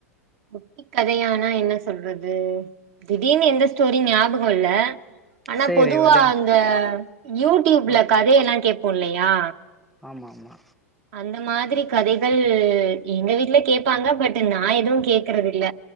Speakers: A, on the right; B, in the centre.
A: குட்டி கதையானா என்ன சொல்றது திடீர்னு எந்த ஸ்டோரி ஞாபக் மொல்ல ஆனா
B: சேரி
A: பொதுவா
B: விடுங்
A: அந்த யூடியூப்ல
B: ஆ
A: கதையெல்லா கேப் பொல்லையா
B: ஆமா ஆமா
A: அந்த மாதிரி கதைகள் எங்க வீட்ல கேப்பாங்க பட்டு நா எதுவு கேக்குறது இல்ல